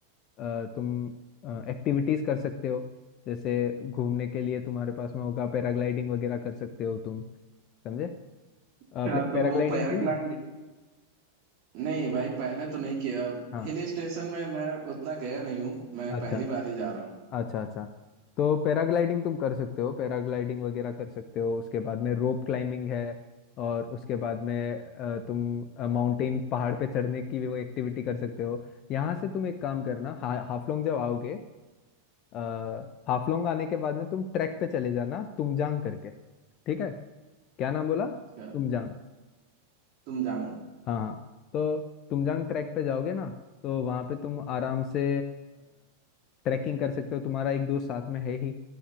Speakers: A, on the left; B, on the right.
A: अ, तुम एक्टिविटीज कर सकते हो जैसे घूमने के लिए तुम्हारे पास में होगा पैराग्लाइडिंग वगैरह कर सकते हो तुम समझे
B: अच्छा
A: आपने
B: तो
A: पैराग्लाइडिंग
B: वो पैराग्लाइड
A: की
B: नहीं भाई पहले तो नहीं किया
A: हाँ
B: हिल स्टेशन में मैं उतना गया नहीं हूँ मैं
A: अच्छा
B: पहली बार ही जा रहा हूँ
A: अच्छा अच्छा तो पैराग्लाइडिंग तुम कर सकते हो पैराग्लाइडिंग वगैरह कर सकते हो उसके बाद में रोप क्लाइंबिंग है और उसके बाद में अ, तुम माउंटेन पहाड़ पे चढ़ने की भी वो एक्टिविटी कर सकते हो यहाँ से तुम एक काम करना हा, हाफलोंग जब आओगे अ, हाफलोंग आने के बाद में तुम ट्रैक पे चले जाना तुमजांग करके ठीक है क्या नाम बोला
B: अच्छा
A: तुमजांग
B: तुम जाओ
A: हाँ हाँ तो तुमजांग ट्रैक पे जाओगे ना तो वहाँ पे तुम आराम से ट्रैकिंग कर सकते हो तुम्हारा एक दोस्त साथ में है ही